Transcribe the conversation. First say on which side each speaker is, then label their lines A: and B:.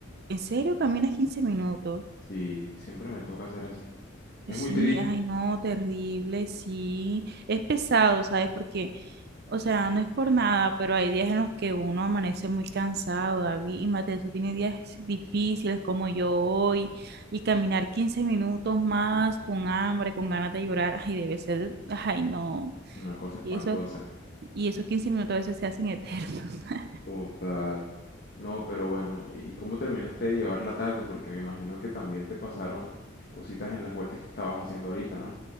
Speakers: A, on the right; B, on the left.
A: ¿En serio caminas 15 minutos?
B: Sí, siempre me toca hacer así. Es
A: Sí,
B: muy triste,
A: ay, no, terrible, sí. Es pesado, ¿sabes? Porque O sea, no es por nada, pero hay días en los que uno amanece muy cansado, David, y Mateo eso tiene días difíciles como yo hoy, y caminar 15 minutos más con hambre, con ganas de llorar, ay, debe ser, ay, no.
B: una cosa espantosa.
A: Y eso, y esos 15 minutos a veces se hacen eternos. <laughs>
B: Total. No, pero bueno, ¿y cómo terminaste de llevar la tarde? Porque me imagino que también te pasaron cositas en las vueltas que estabas haciendo ahorita, ¿no?